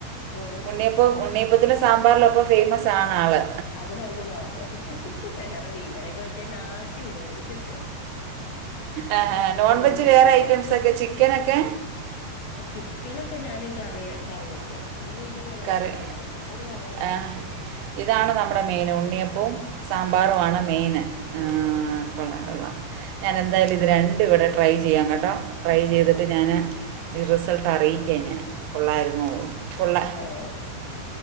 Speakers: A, on the left; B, on the right.
A: ഏഹ്
B: ഉണ്ണിയപ്പം ഉണ്ണിയപ്പത്തിലെ സാമ്പാറല്ലൊപ്പം ഫേമസ് ആണ് ആള്
A: അത് രണ്ടും മാത്രം വേറെ മീങ്കറിയൊക്കെ വെച്ചാ എന്നാട്ടി വിടും ഇവിട്ന്ന്
B: ആ നോൺ
A: മീൻകറി
B: വെജ് വേറെ
A: എന്താ
B: ഐറ്റംസൊക്കെ ചിക്കനൊക്കെ
A: ചിക്കനൊക്കെ ഞാന് കറി കറി വെക്കുവാ അതൊന്നും വലിയ ഗുണംന്നുണ്ടാവില്ല
B: കറി
A: എന്നാലും ഒരു കറിയങ്ങോട്ട്
B: ആ
A: വെക്കും
B: ഇതാണ് നമ്മുടെ മെയിൻ ഉണ്ണിയപ്പവും സാമ്പാറുവാണ്
A: ആഹ്
B: മെയിന് ആ
A: മെയിന്
B: കൊള്ളം കൊള്ളാം ഞാനെന്തായാലും
A: ഉം
B: ഇത് രണ്ടും ഇവിടെ ട്രൈ ചെയ്യാം കേട്ടോ ട്രൈ ചെയ്തിട്ട്
A: ആഹ്
B: ഞാന് റിസൾട്ട് അറിയിക്ക ഞാൻ കൊള്ളായിരുന്നോ കൊള്ളാം
A: അ